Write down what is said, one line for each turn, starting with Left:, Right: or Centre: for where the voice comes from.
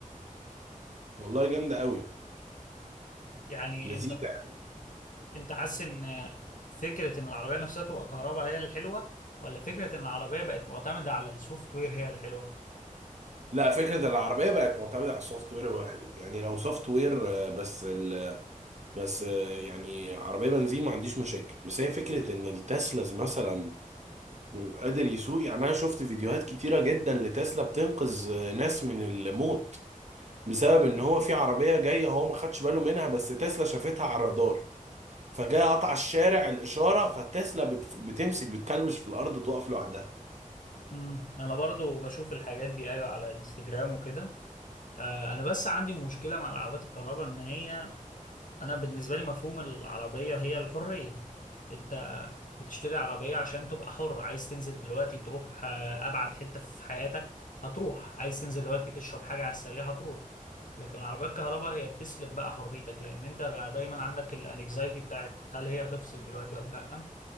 Right: والله جامده قوي
Left: يعني
Right: لذيذه
Left: انت
Right: يعني.
Left: انت حاسس ان فكره ان العربيه نفسها تبقى كهرباء هي الحلوه ولا فكره ان العربيه بقت معتمده على السوفت وير هي الحلوه
Right: لا فكره العربيه بقت معتمده على السوفت وير هو حلو يعني لو سوفت وير آه، بس ال... بس آه، يعني عربيه بنزين ما عنديش مشاكل بس هي فكره ان التسلاز مثلا قادر يسوق يعني انا شفت فيديوهات كتيره جدا لتسلا بتنقذ آه، ناس من الموت بسبب ان هو في عربيه جايه هو ما خدش باله منها بس تسلا شافتها على الرادار فجاء قطع الشارع الاشاره فتسلا بت... بتمسك بتكلبش في الارض تقف لوحدها
Left: امم انا برضو بشوف الحاجات دي ايوه على انستجرام وكده آه انا بس عندي مشكله مع العربيات الكهرباء ان هي انا بالنسبه لي مفهوم العربيه هي الحريه انت بتشتري عربية عشان تبقى حر عايز تنزل دلوقتي تروح آه، أبعد حتة في حياتك هتروح عايز تنزل دلوقتي تشرب حاجة على السريع هتروح لكن العربية الكهرباء هي بتسلب بقى حريتك لأن أنت بقى دايما عندك الانكزايتي بتاعت هل هي هتفصل دلوقتي ولا لأ